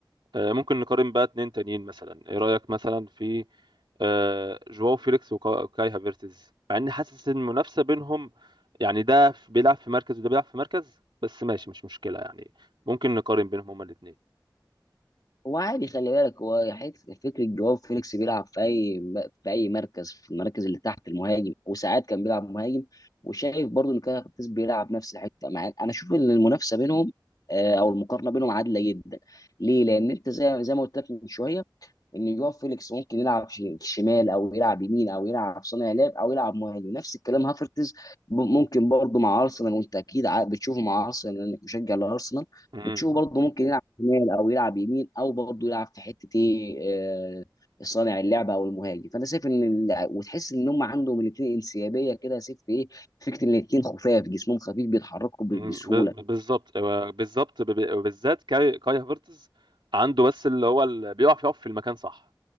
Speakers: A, on the right; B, on the left.
A: آه، ممكن نقارن بقى اتنين تانيين مثلا ايه رأيك مثلا في آه، جواو فيليكس وكا- وكاي هافيرتز مع اني حاسس ان المنافسة بينهم يعني ده في- بيلعب في مركز وده بيلعب في مركز بس ماشي مش مشكلة يعني ممكن نقارن بينهم هما الاتنين
B: هو عادي خلي بالك هو حته فكره جواو فيليكس بيلعب في اي في اي مركز في المراكز اللي تحت المهاجم وساعات كان بيلعب مهاجم وشايف برضو ان كان كارفاخال بيلعب نفس الحته مع انا اشوف ان المنافسه بينهم آه، او المقارنه بينهم عادله جدا ليه لان انت زي زي ما قلت لك من شويه ان جوا فيليكس ممكن يلعب ش- شمال او يلعب يمين او يلعب صانع لعب او يلعب مهاجم نفس الكلام هافرتز ب- ممكن برضه مع ارسنال وانت اكيد ع- بتشوفه مع ارسنال لانك مشجع لارسنال
A: مم.
B: بتشوفه برضه ممكن يلعب شمال او يلعب يمين او برضه يلعب في حته ايه آه، صانع اللعبه او المهاجم فانا شايف ان ال- وتحس ان هم عندهم الاثنين انسيابيه كده يا سيف في ايه فكره الاثنين خفاف جسمهم خفيف بيتحركوا ب-
A: مم.
B: بسهوله
A: ب- بالظبط آه، بالظبط ب- ب- بالذات كاي كاي هافيرتز عنده بس اللي هو اللي بيقف يقف في المكان صح